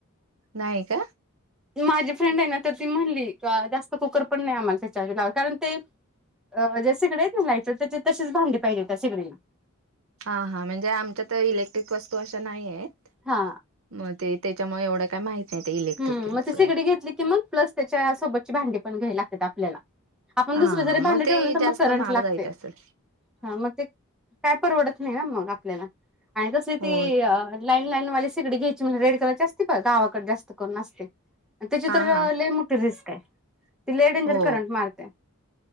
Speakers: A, on the right; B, in the centre.
A: नाही का?
B: ते माझी फ्रेंड आहे ना तर ती म्हणली का जास्त कुकर पण नाही आम्हाला त्याच्या ला कारण ते अ ज्या शेगडी आहेत ना लाईटवर त्याच्या तशीच भांडी पाहिजे त्या सिगडीला.
A: हा हा म्हणजे आमच्या त्या इलेक्ट्रिक वस्तू अशा नाही आहेत.
B: हा.
A: मग ते त्याच्यामुळे एवढं काय माहित नाही ते इलेक्ट्रिकलच
B: हम्म, मग ते सिगडी
A: काय
B: घेतली की मग प्लस त्याच्या सोबतची भांडी पण घ्यावी लागते आपल्याला. आपण
A: हा
B: दुसर जरी भांड
A: मग
B: ठेवलं
A: ते
B: ना तर
A: जास्त
B: मग करंट
A: महाग
B: लागते
A: जायत असेल
B: हा मग ते काय परवडत नाही ह मग आपल्याला आणि तस
A: हो
B: ते लाईन, लाईनवाली सिकडी घ्यायची म्हणुन रेड कलरची असते पाय गावाकडे जास्त करून असते? त्याची
A: हा
B: तर
A: हा
B: लई मोठी रिस्क आहे. ती लई डेंजर
A: हो
B: करंट मारते.